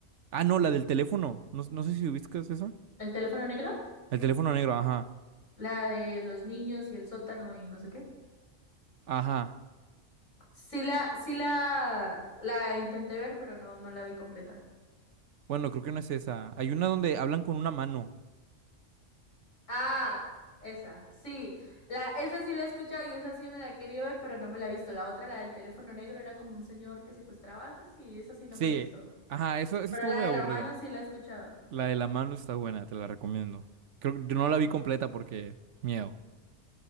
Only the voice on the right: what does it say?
Ah, no, la del teléfono. No, no sé si ubicas esa.
El teléfono negro, ajá.
Ajá.
Bueno, creo que no es esa. Hay una donde hablan con una mano.
Sí.
Ajá, eso esa
estuvo
muy
aburrida.
La de la mano está buena, te la recomiendo. Creo que yo no la vi completa porque miedo.